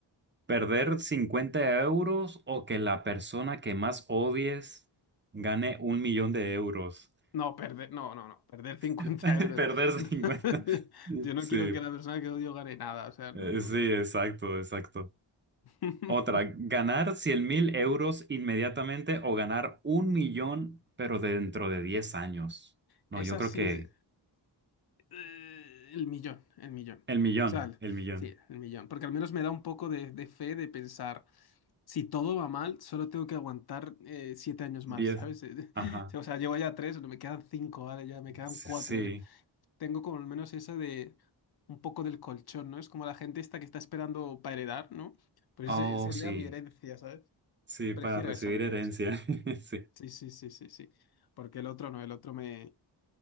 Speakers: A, on the right; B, on the left.
A: perder 50 euros o que la persona que más odies gane un millón de euros.
B: No, perder, no, no, no, perder 50
A: <laughs>
B: euros.
A: Perder
B: <laughs>
A: 50.
B: Yo no
A: Sí,
B: quiero que la persona que odio gane nada, o sea, no,
A: eh,
B: no,
A: sí,
B: no.
A: exacto, exacto.
B: <laughs>
A: Otra, ganar cien mil euros inmediatamente o ganar un millón, pero dentro de 10 años. No,
B: Es
A: yo
B: así.
A: creo que
B: Eh, El millón, el millón.
A: el millón,
B: O sea, el-
A: el millón.
B: sí, el millón. Porque al menos me da un poco de, de fe de pensar, si todo va mal, solo tengo que aguantar eh, siete años
A: 10.
B: más, ¿sabes? Eh,
A: Ajá,
B: <laughs> O sea, llevo ya tres, me quedan cinco, ¿vale? Ya me quedan
A: sí.
B: cuatro.
A: sí.
B: eh. Tengo como al menos eso de un poco del colchón, ¿no? Es como la gente esta que está esperando para heredar, ¿no? Pues
A: Oh,
B: ese sería
A: sí,
B: mi herencia, ¿sabes?
A: sí,
B: Prefiero
A: para recibir
B: esa, prefiero
A: herencia.
B: esa.
A: <laughs> Sí,
B: Sí, sí, sí, sí, sí. Porque el otro no, el otro me...